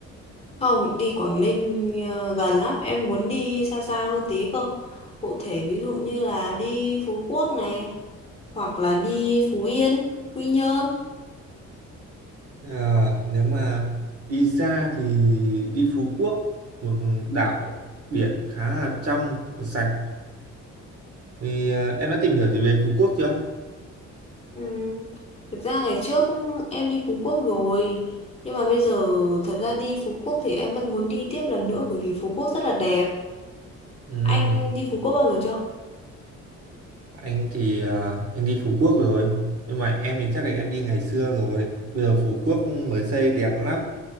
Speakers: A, on the left (about 20°); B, on the right (about 50°).
A: Không, đi Quảng Ninh ờ, gần lắm, em muốn đi xa xa hơn tí cơ. Cụ thể ví dụ như là đi Phú Quốc này, hoặc là đi Phú Yên, Quy Nhơn.
B: À, nếu mà đi xa thì đi Phú Quốc, một đảo biển khá là trong, sạch. Thì à, em đã tìm hiểu gì về Phú Quốc chưa?
A: Ừm, Thực ra ngày trước em đi Phú Quốc rồi, nhưng mà bây giờ thật ra đi Phú Quốc thì em vẫn muốn đi tiếp lần nữa bởi vì Phú Quốc rất là đẹp.
B: Ừ,
A: Anh đi Phú Quốc bao giờ chưa?
B: anh thì à, anh đi Phú Quốc rồi, nhưng mà em thì chắc là em đi ngày xưa rồi. Bây giờ Phú Quốc mới xây đẹp lắm.